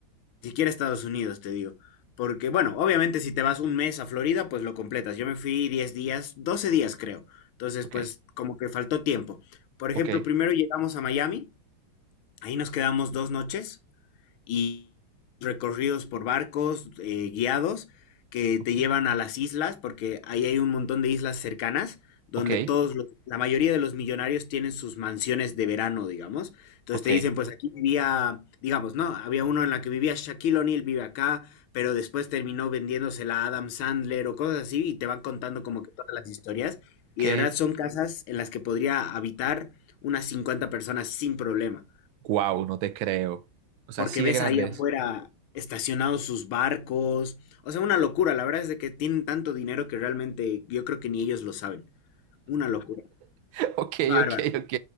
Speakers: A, on the left; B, on the right.
A: Si quieres Estados Unidos, te digo. Porque, bueno, obviamente si te vas un mes a Florida, pues lo completas. Yo me fui 10 días, 12 días creo. Entonces,
B: Ok,
A: pues como que faltó tiempo. Por ejemplo,
B: ok,
A: primero llegamos a Miami, ahí nos quedamos dos noches. y recorridos por barcos eh, guiados que
B: ok,
A: te llevan a las islas, porque ahí hay un montón de islas cercanas donde
B: ok,
A: todos los- la mayoría de los millonarios tienen sus mansiones de verano, digamos. Entonces
B: ok.
A: te dicen, pues aquí vivía, digamos, ¿no? Había uno en la que vivía Shaquille O'Neal, vive acá, pero después terminó vendiéndosela a Adam Sandler o cosas así, y te van contando como que todas las historias. Y
B: ok.
A: de verdad son casas en las que podría habitar unas 50 personas sin problema
B: Wow, no te creo. O sea,
A: porque
B: así
A: ves
B: de grandes.
A: ahí afuera estacionados sus barcos. O sea, una locura. La verdad es de que tienen tanto dinero que realmente yo creo que ni ellos lo saben. Una locura.
B: <laughs> Ok,
A: Bárbaro.
B: ok, ok.